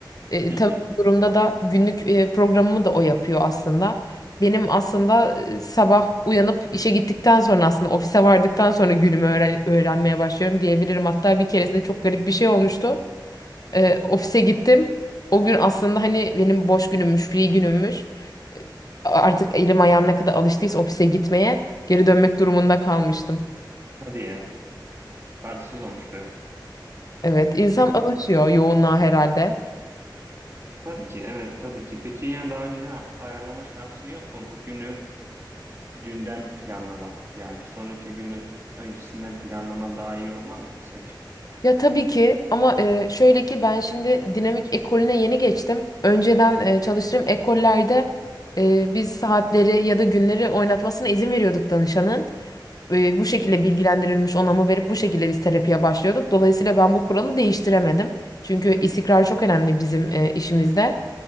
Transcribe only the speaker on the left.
E,
tabii
bu durumda da günlük e, programımı da o yapıyor aslında. Benim aslında e, sabah uyanıp işe gittikten sonra aslında ofise vardıktan sonra günümü öğren- öğrenmeye başlıyorum diyebilirim. Hatta bir keresinde çok garip bir şey olmuştu. E, ofise gittim. O gün aslında hani benim boş günümmüş, free günümmüş. E, Artık elim ayağım ne kadar alıştıysa ofise gitmeye geri dönmek durumunda kalmıştım.
Evet, insan
alışıyor yoğunluğa herhalde.
Ya tabii ki ama e, şöyle ki ben şimdi dinamik ekolüne yeni geçtim. Önceden e, çalıştığım ekollerde e, biz saatleri ya da günleri oynatmasına izin veriyorduk danışanın. e, bu şekilde bilgilendirilmiş onamı verip bu şekilde biz terapiye başlıyorduk. Dolayısıyla ben bu kuralı değiştiremedim. Çünkü istikrar çok önemli bizim e, işimizde.